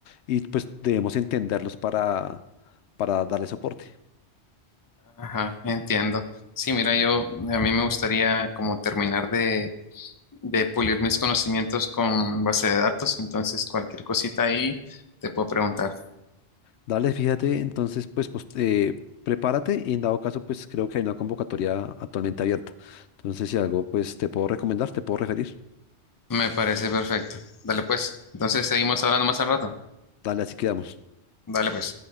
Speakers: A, on the left; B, on the left.
A: y pues debemos entenderlos para, para darle soporte.
B: ajá, entiendo. Sí, mira, yo a mí me gustaría como terminar de de pulir mis conocimientos con base de datos, entonces cualquier cosita ahí te puedo preguntar.
A: Dale, fíjate, entonces pues, pues eh, prepárate y en dado caso pues creo que hay una convocatoria actualmente abierta. Entonces si algo pues te puedo recomendar, te puedo referir.
B: Me parece perfecto. Dale pues. Entonces seguimos hablando más al rato.
A: Dale, así quedamos.
B: Dale pues.